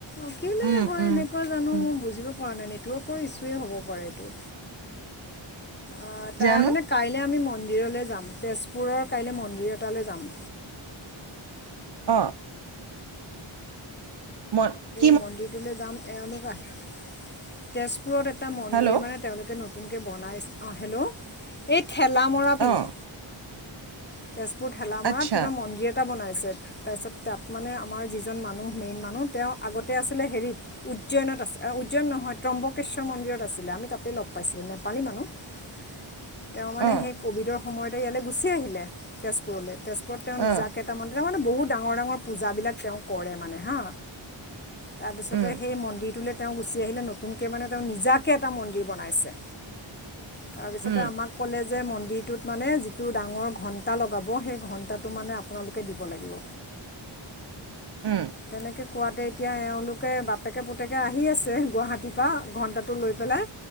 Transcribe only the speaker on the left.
অ' কেলে
হয়
এনেকুৱা জানোঁ।
মই বুজিব পৰা নাই, নেটৱৰ্কৰ ইছুৱে হ'ব পাৰে এইটো। অ তাৰ
মানে কাইলে আমি মন্দিৰলে যাম। তেজপুৰৰ কাইলৈ মন্দিৰ এটালৈ যাম।
মন্দিৰটো যাম এওলোক আহ তেজপুৰত এটা মন্দিৰ
মানে তেওলোকে নতুন বনাই অ, হেল্ল', এই ঠেলামৰা পিনে।
তেজপুৰ ঠেলামৰাত
কিবা মন্দিৰ এটা বনাই তাৰপিছত তাত মানে আমাৰ যিজন মানুহ মেইন মানুহ তেও আগতে আছিলে হেৰিত উজ্জৈনত আছে উজ্জৈন নহয় ত্ৰম্বকেশ্বৰ মন্দিৰত আছিলে আমি তাতে লগ পাইছিলো। নেপালী মানুহ।
তেও মানে
সেই ক'ভিডৰ সময়তে ইয়ালৈ গুচি আহিলে তেজপুৰলৈ। তেজপুৰত তেও নিজাকৈটা
মন্দিৰ মানে বহুত ডাঙৰ - ডাঙৰ পূজাবিলাক তেও কৰে মানে হা। তাৰপিছতে
সেই মন্দিৰটোলে তেও গুচি আহিলে নতুনকৈ মানে তেও নিজাকে এটা মন্দিৰ বনাইছে। তাৰপিছতে
আমাক ক'লে যে মন্দিৰটোত মানে যিটো ডাঙৰ ঘণ্টা লগাব সেই ঘণ্টাটো মানে আপোনালোকে দিব লাগিব।
তেনেকৈ কোৱাতে এতিয়া এওলোকে বাপেকে পুতেকে আহি আছে গুৱাহাটীৰ পৰা ঘণ্টাটো লৈ পেলাই।